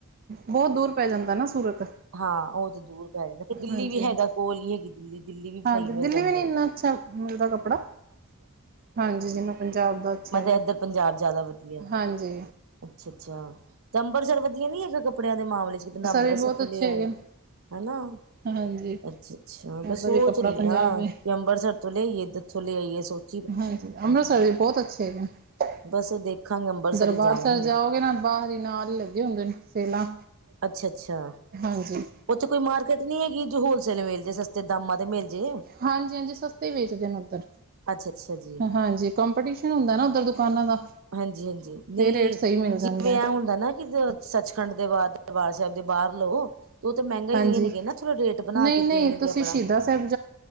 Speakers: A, on the right; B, on the right.
A: ਬਹੁਤ ਦੂਰ ਪੈ ਜਾਂਦਾ ਨਾ ਸੂਰਤ
B: ਹਾਂ, ਉਹ ਤੇ ਦੂਰ ਪੈ ਜਾਂਦਾ ਫਿਰ ਦਿੱਲੀ
A: ਹਾਂਜੀ
B: ਵੀ
A: ਹਾਂਜੀ
B: ਹੈਗਾ ਕੋਲ ਹੀ ਹੈਗੀ ਦਿੱਲੀ ਦਿੱਲੀ, ਵੀ ਸਹੀ
A: ਹਾਂਜੀ
B: ਮਿਲ
A: ਦਿੱਲੀ
B: ਜਾਂਦੇ
A: ਵੀ ਨਹੀਂ
B: ਨੇ।
A: ਇੰਨਾ ਅੱਛਾ ਮਿਲਦਾ ਕੱਪੜਾ ਹਾਂਜੀ, ਜਿਵੇ ਪੰਜਾਬ ਦਾ ਅੱਛਾ
B: ਮੈਂ
A: ਹੈਗਾ
B: ਤਾਂ ਇੱਧਰ ਪੰਜਾਬ ਜ਼ਿਆਦਾ ਵਧੀਆ
A: ਹਾਂਜੀ।
B: ਅੱਛਾ ਅੱਛਾ, ਤੇ ਅੰਮ੍ਰਤਸਰ ਵਧੀਆ ਨੀ ਹੈਗਾ ਕੱਪੜਿਆਂ ਦੇ ਮਾਮਲੇ ਚ ਬੰਦਾ ਅੰਮ੍ਰਿਤਸਰ
A: ਵੀ ਬਹੁਤ
B: ਤੋਂ
A: ਅੱਛੇ
B: ਲੈ ਆਏ।
A: ਹੈਗੇ ਨੇ
B: ਹਨਾ,
A: ਹਾਂਜੀ
B: ਅੱਛਾ ਅੱਛਾ, ਤੇ
A: ਉੱਧਰ
B: ਸੋਚ
A: ਵੀ ਕੱਪੜਾ
B: ਰਹੀ
A: ਪੰਜਾਬ
B: ਹ
A: ਵੀ
B: ਕਿ ਅੰਮ੍ਰਿਤਸਰ ਕਿਥੋਂ ਲਿਆਈਏ ਕਿਥੋਂ ਲਿਆਈਏ ਸੂਟ
A: ਹਾਂਜੀ ਅੰਮ੍ਰਿਤਸਰ ਵੀ ਬਹੁਤ ਅੱਛੇ ਹੈਗੇ ਹੈ
B: ਬਸ ਦੇਖਾਂਗੇ ਅੰਬਰਸਰ
A: ਦਰਬਾਰ
B: ਹੀ ਜਾਵਾਂਗੇ
A: ਸਾਹਿਬ ਜਾਓਗੇ ਨਾ, ਬਾਹਰੀ ਨਾਲ ਹੀ ਲੱਗੇ ਹੁੰਦੇ ਨੇ ਸੇਲਾਂ
B: ਅੱਛਾ ਅੱਛਾ।
A: ਹਾਂਜੀ।
B: ਉੱਥੇ ਕੋਈ ਮਾਰਕੀਟ ਨਹੀਂ ਹੈਗੀ, ਜੋ ਹੋਲਸੇਲ ਮਿਲ ਜਾਏ ਸਸਤੇ ਦਾਮਾਂ ਦੇ ਮਿਲ ਜੇ
A: ਹਾਂਜੀ ਹਾਂਜੀ, ਸਸਤੇ ਵੇਚਦੇ ਨੇ ਉੱਧਰ
B: ਅੱਛਾ ਅੱਛਾ ਜੀ
A: ਹਾਂਜੀ। ਕੰਪੀਟੀਸ਼ਨ ਹੁੰਦਾ ਨਾ ਉੱਧਰ ਦੁਕਾਨਾਂ ਦਾ।
B: ਹਾਂਜੀ ਹਾਂਜੀ, ਨਹੀਂ
A: ਤੇ ਰੇਟ ਸਹੀ ਮਿਲ ਜਾਂਦਾ
B: ਜਿਵੇਂ
A: ਹੈ
B: ਆ ਹੁੰਦਾ ਨਾ ਕਿ ਸੱਚਖੰਡ ਦੇ ਬਾਹਰ, ਦਰਬਾਰ ਸਾਹਿਬ ਦੇ ਬਾਹਰ ਲਓ ਤੇ ਉਹ ਤਾਂ ਮਹਿੰਗਾ ਹੀ
A: ਹਾਂਜੀ
B: ਰਹਿਣਗੇ ਨਾ, ਥੋੜ੍ਹਾ ਰੇਟ ਬਣਾ
A: ਨਹੀਂ
B: ਕੇ
A: ਨਹੀਂ
B: ਦੇਣਗੇ
A: ਤੁਸੀਂ
B: ਆਪਣਾ!
A: ਸ਼ਹੀਦਾ ਸਾਹਿਬ